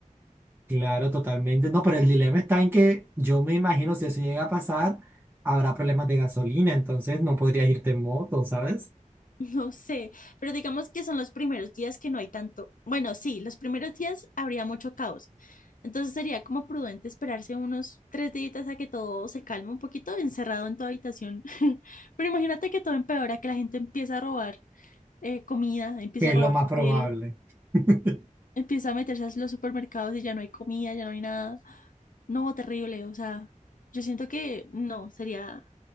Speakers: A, on the right; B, on the left.
A: Claro, totalmente. No, pero el dilema está en que yo me imagino si eso llega a pasar, habrá problemas de gasolina, entonces no podrías irte en moto, ¿sabes?
B: <laughs> No sé, pero digamos que son los primeros días que no hay tanto. Bueno, sí, los primeros días habría mucho caos. Entonces sería como prudente esperarse unos tres días a que todo se calme un poquito, encerrado en tu habitación. <laughs> Pero imagínate que todo empeora, que la gente empieza a robar eh, comida, empieza
A: Que
B: a
A: es
B: robar
A: lo más
B: papel
A: probable, <laughs>
B: empieza a meterse a los supermercados y ya no hay comida, ya no hay nada. No, terrible, o sea, yo siento que no, sería